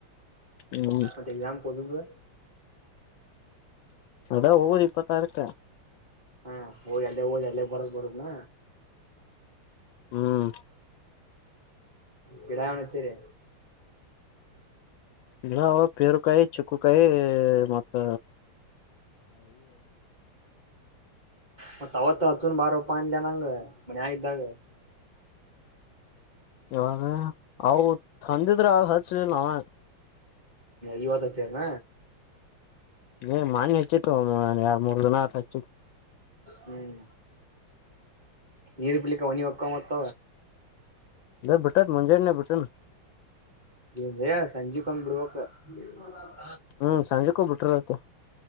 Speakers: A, on the left; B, on the right.
A: ಹ್ಮ್ <unintelligible>
B: ಎಕ್ಸ್ ಕೂದುದು <unintelligible>
A: ಅದ ಊರು ಇಪ್ಪತ್ತಾರಕ್ಕೆ
B: ಹಾ ಹೋಗಿ ಅಲ್ಲೇ ಹೋಗಿ ಅಲ್ಲೇ ಬರಕ್ ಬರಗ್ನ
A: ಹ್ಮ್
B: ಗಿಡ ಅಚ್ಚರಿ
A: ಇಲ್ಲ ಪೇರುಕಾಯಿ ಚಿಕ್ಕಕಾಯಿ ಮತ್ತ
B: ಮತ್ ಅವತ್ ಹಚ್ಚುನ್ ಬಾರಪ್ಪ ಅಂದೇ ನಾನು ಮ್ಯಾಗ ಇದ್ದಾಗ
A: ಯವಾಗ ಅ ತಂದಿದ್ರ ಆಗ ಹಚ್ಚುದಿಲ್ಲ ಅವ
B: ಈವಾಗ ಅಚ್ಚಿದನ
A: ಏ ಮಣಿ ಹಚ್ಚಿತ್ತುು ಎರಡು ಮೂರ್ ದಿನ ಆತ ಹಚ್ಚಿ
B: ಹ್ಮ್ ನೀರು ಪಿಳಿಕ ಒನ ಒಕ್ಕ ಅಂತ
A: ಲೇ ಬಿಟ್ಟತಿ ಮುಂಜಾನೆ ನೇ ಬಿಟ್ಟತ
B: ಇಯಾ ಸಂಜು ಕಂದ್ ಬಿಡ್ವೋಕ <unintelligible>
A: ಹ್ಮ್ ಸಂಜೆ ಬಿಟ್ರ ಆಯ್ತು